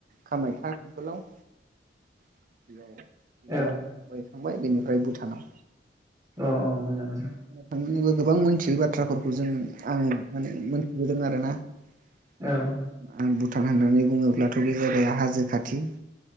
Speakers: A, on the right (about 50°); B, on the right (about 20°).
A: खामायखा बेफोराव <unintelligible> <unintelligible>
B: औ
A: थांबाय बेनिफ्राय भुटानाव
B: अ औ मोजां मोजां
A: <unintelligible> गोबां मिथियै बाथ्राफोरखौ जों आङो माने मोनथिबोदों आरो ना <inaudible>
B: औ
A: आं भुटान होननानै बुङोब्लाथ' बे जायगाया हाजो खाथि